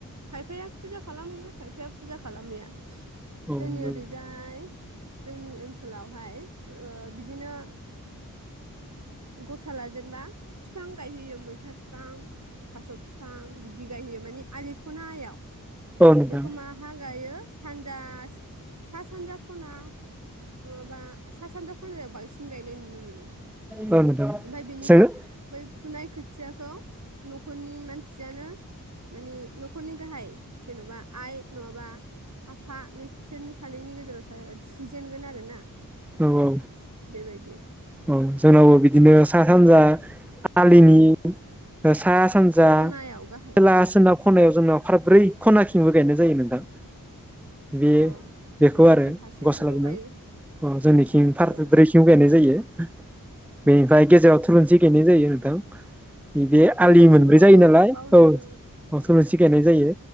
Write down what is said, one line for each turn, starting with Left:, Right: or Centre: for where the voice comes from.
Right: खायफाया फुजा खालामहैयो खायफाया फुजा खालामहैया
Centre: औ
Right: जोंनि
Centre: नंगौ
Right: ओरैजाय जोंनि ओनसोलावहाय बिदिनो गसा लाजेनबा फिफां गायहोयो मैथा फिफां थास' फिफां बिदि गायहोयो माने आलि खनायाव
Centre: नोंथां
Right: बेखौ मााहा गायो सानजा सा सानजा खना नङाबा सा सानजा खनाजों बांसिन गायनाय नुनो मोनो <inaudible>
Centre: औ नोंथां औ नोंथां
Right: ओमफ्राय बेनिफ्राय
Centre: जों
Right: बै फुनाय खोथियाखौ न'खरनि मानसियानो मानि न'खरनि गाहाय जेन'बा आइ नङाबा आफा बे बिसोरनि सानैनि गेजेराव थुजेनगोन आरो ना
Centre: औ औ
Right: बेबायदि
Centre: औ जोंनावबो बिदिनो सा सानजा आलिनि <inaudible> सा सानजा
Right: खनायाव गाहायाव
Centre: सोला
Right: बिदि
Centre: सोनाब खनायाव जोंनाव फारब्रै खनाथिंबो गायनाय जायो नोंथां बे
Right: अ
Centre: बेखौ
Right: जोंनिथिं
Centre: आरो
Right: फारसेथिंल'
Centre: गसा लानाय
Right: गायो
Centre: जोंनिथिं फारब्रैथिंबो
Right: ओ
Centre: गायनाय जायो <inaudible> बेनिफ्राय गेजेराव थुलुंसि गायनाय जायो दों बे बे
Right: थुलुंसिबो
Centre: आलि मोनब्रै
Right: गायो
Centre: जायो नालाय
Right: बावनानै
Centre: औ औ
Right: दङ
Centre: <unintelligible> मोनसे गायनाय जायो।